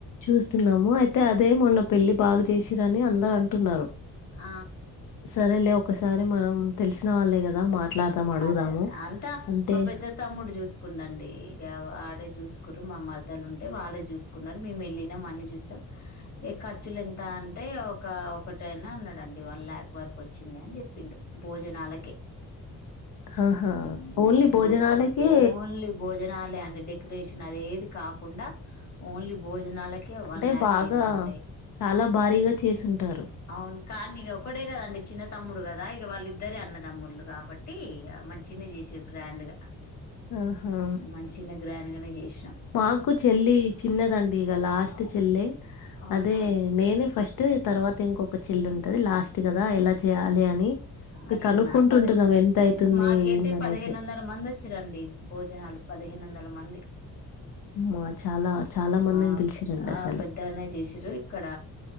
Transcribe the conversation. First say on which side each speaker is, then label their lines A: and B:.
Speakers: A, on the left (about 65°); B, on the left (about 50°).
A: చూస్తున్నాము అయితే అదే మొన్న పెళ్ళి బాగా చేసిరని అందరు అంటున్నారు
B: ఆ
A: సరేలే ఒకసారి మనం తెలిసిన వాళ్ళే కదా మాట్లాడదాం అడుగుదాము
B: అదే అదే అంతా
A: అంటే
B: మా పెద్ద తమ్ముడు చూసుకుండండి ఇక వాడే చూసుకురు మా మర్దాలు ఉంటే వాళ్ళే చూసుకున్నారు మేము వెళ్ళిన అన్ని చూస్తాం ఖర్చులు ఎంత అంటే ఒక ఒకటైనా అన్నాడండి వన్ ల్యాక్ వరకు వచ్చింది అని చెప్పిండు భోజనాలకి
A: ఆహా
B: ఆ
A: ఓన్లీ భోజనాలకి
B: బో ఓన్లీ భోజనాలయన్ని డెకరేషన్ అదేది కాకుండా ఓన్లీ భోజనాలకే
A: అంటే
B: వన్ ల్యాక్
A: బాగా
B: అయిందండి
A: చాలా భారీగా చేసుంటారు
B: అవును కానీ ఇక ఒకడే కదండి చిన్న తమ్ముడు కదా ఇక వాళ్ళ ఇద్దర అన్న తమ్ముళలుగా కాబట్టి మంచినే చేసారు గ్రాండ్ గా
A: ఆహా
B: మంచినే గ్రాండ్ గానే చేసి
A: పాకు చెల్లి చిన్నదండి ఈగ లాస్ట్
B: ఆ,
A: చెల్లె
B: అవునా
A: అదే నేనే ఫస్ట్ టు తర్వాత ఇంకొక చెల్లి ఉంటది లాస్ట్ కదా ఎలా చేయాలి అని ఇగ
B: అట్ల
A: కనుక్కుంటుంటున్నాం
B: నా పది
A: ఎంత అయితుంది
B: మాకైతే
A: ఏందనేసి
B: పదిహేను వందల మంది వచ్చి రండి భోజనాలు పదిహేను వందలు మంది
A: మా చాలా చాలా మందిని
B: ఆ
A: పిలిచిరండి
B: ఆ
A: అసలు
B: పెద్దగానే చేసిర్రు ఇక్కడ